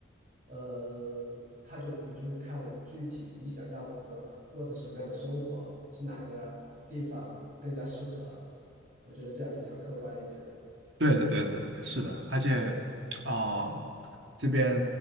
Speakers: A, on the right (about 45°); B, on the right (about 60°).
A: 呃，他就我们就会看具体你想要得到过着什么样的生活，是哪个地方更加适合。我觉得这样比较客观一点
B: 对对对的，对的，对的是的，而且啊、这边